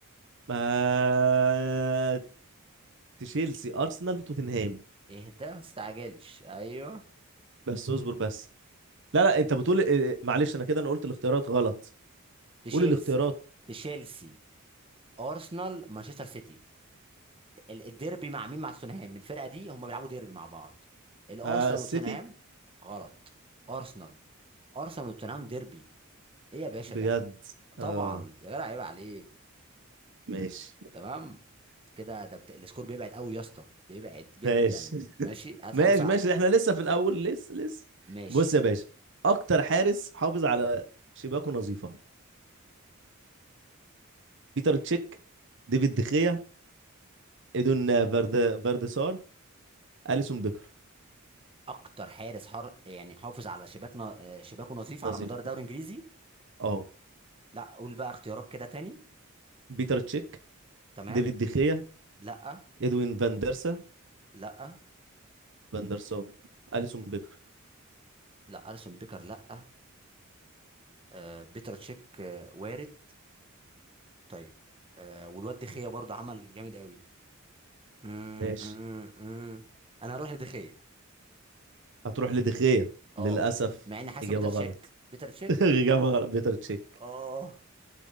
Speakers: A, on the right; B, on the right.
A: آه... تشيلسي ارسنال توتنهام
B: ايه ده ما تستعجلش ايوه
A: بس اصبر بس لا لا انت بتقول إيه، معلش انا كده انا قلت الاختيارات غلط
B: تشيلسي
A: قول الاختيارات
B: تشيلسي ارسنال مانشستر سيتي ال- الديربي مع مين مع توتنهام الفرقه دي هم بيلعبوا ديربي مع بعض الارسنال
A: آه السيتي
B: وتوتنهام غلط ارسنال ارسنال وتوتنهام ديربي ايه يا باشا
A: بجد
B: ده
A: اه
B: طبعا يا جدع عيب عليك
A: ماشي
B: تمام كده ده بت... السكور بيبعد قوي يا اسطى بيبعد جدا
A: ماشي
B: ماشي هات
A: ماشي
B: حاجه صعبه
A: ماشي احنا لسه في الاول لسه لسه
B: ماشي
A: بص يا باشا اكتر حارس حافظ على شباكه نظيفه بيتر تشيك ديفيد دخيا ايدون فارد فاردسار اليسون بيكر
B: اكتر حارس حر يعني حافظ على شباكنا آه، شباكه نظيف على
A: نظيفه
B: مدار الدوري الانجليزي
A: اه
B: لا قول بقى اختيارات كده تاني
A: بيتر تشيك
B: تمام
A: ديفيد دخيا
B: لا
A: ادوين فان ديرسا
B: لا
A: فان ديرسار اليسون بيكر
B: لا اليسون بيكر لا آه، بيتر تشيك آه، وارد طيب آه والواد دخية برضه عمل جامد قوي مم،
A: ماشي
B: مم، مم. انا هروح لدخية
A: هتروح لدخيا
B: اه
A: للاسف
B: مع اني حاسس
A: اجابه
B: إن بيتر تشيك
A: غلط
B: بيتر تشيك
A: <laughs> اجابه غلط بيتر تشيك
B: اه